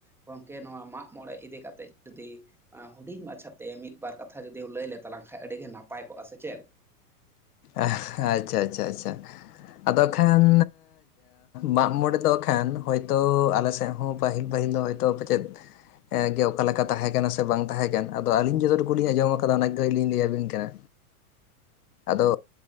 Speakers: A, in the centre; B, on the left (about 80°).
A: ᱜᱚᱝᱠᱮ ᱱᱚᱣᱟ ᱢᱟᱜ ᱢᱚᱸᱬᱮ ᱤᱫᱤ ᱠᱟᱛᱮᱜ ᱡᱩᱫᱤ ᱦᱩᱰᱤᱧ ᱢᱟᱪᱷᱟ ᱛᱮ ᱢᱤᱫ ᱵᱟᱨ ᱠᱟᱛᱷᱟ ᱡᱩᱫᱤᱢ ᱞᱟᱹᱭ ᱞᱮ ᱛᱟᱞᱟᱝ ᱠᱷᱟᱡ ᱟᱹᱰᱤ ᱜᱮ ᱱᱟᱯᱟᱭ ᱠᱚᱜ-ᱟ ᱥᱮ ᱪᱮᱫ?
B: ᱟᱪᱪᱷᱟ, ᱟᱪᱪᱷᱟ, ᱟᱪᱪᱷᱟ᱾ ᱟᱫᱚ ᱠᱷᱟᱱ ᱢᱟᱜ ᱢᱚᱸᱬᱮ ᱫᱚ ᱦᱟᱸ ᱠᱷᱟᱱ ᱦᱚᱭ ᱛᱚ ᱟᱞᱮ ᱥᱮᱫ ᱦᱚᱸ ᱯᱟᱹᱦᱤᱞ, ᱯᱟᱹᱦᱤᱞ ᱫᱚ ᱛᱚ ᱯᱟᱪᱮᱫ ᱜᱮ ᱚᱠᱟ ᱞᱮᱠᱟ ᱛᱟᱦᱮᱸ ᱠᱟᱱᱟ ᱥᱮ ᱵᱟᱝ ᱛᱟᱦᱮᱸ ᱠᱟᱱᱟ᱾ ᱟᱫᱚ ᱟᱹᱞᱤᱧ ᱡᱚᱛᱚ ᱴᱩᱠᱩ ᱞᱤᱧ ᱟᱸᱡᱚᱢ ᱠᱟᱫᱟ᱾ ᱚᱱᱟ ᱜᱮ ᱠᱟᱹᱡ ᱞᱤᱧ ᱞᱟᱹᱭ ᱟᱵᱤᱱ ᱠᱟᱱᱟ᱾ ᱟᱫᱚ